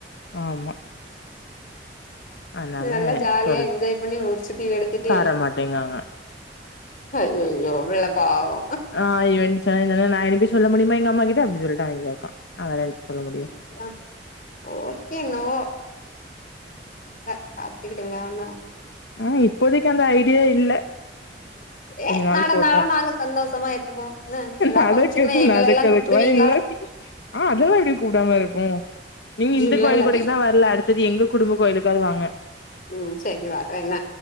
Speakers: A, on the left; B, on the left.
A: ஆமா அதனால
B: நல்லா ஜாலியா
A: சொல்
B: என்ஜாய் பண்ணி முடி நீ எடுத்துட்டு
A: தர மாட்டேங்காங்க.
B: அய் ஐயையோ பாவோ
A: ஆ சொன்ன நா எனப்பி சொல்ல முடியுமா எங்க அம்மா கிட்ட அப்டினு சொல்லிட்டு அவங்க கேக்க அத வோல சொல்ல ம்
B: செரித ஓகே னோ ப பாத்துக்கிடளனா
A: ஆ இப்போதைக்கு அந்த ஐடியா இல்ல
B: ஏ
A: கொஞ்ச நாள்
B: நடந்தாலு
A: போட்டோ
B: நாங்க சந்தோஷமா ஏத்துப்போ என்ன ஏதா
A: நடக்குறது
B: பங்க்ஷன்னா எங்கள
A: நடக்கதுக்கெல்லா
B: எல்லா கூப்பிடுவீங்களா
A: இல்ல ஆ அதெல்லா எப்டி கூப்டாம இருக்கு நீங்க இந்த
B: இல்ல
A: கோவில்கொடைக்கு
B: இல்ல
A: தா வரல அடு த்து எங்க குடும்ப கோயிலுக்காது வாங்க
B: ம் சேரி வர்றன